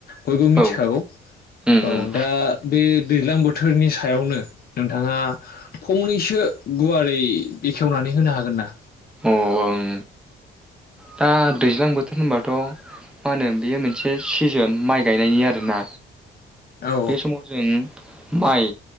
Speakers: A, on the left; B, in the centre.
A: बयबो मिथिखागौ।
B: औ उम
A: औ
B: उम
A: दा बे दैज्लां बोथोरनि सायावनो नोंथाङा फंनैसो गुवारै बेखेवनानै होनो हागोन ना?
B: अ ओं दा दैज्लां बोथोर होनबाथ मा होनो बेयो मोनसे सिजोन माइ गायनायनि आरो ना
A: औ
B: बे समावजों माइ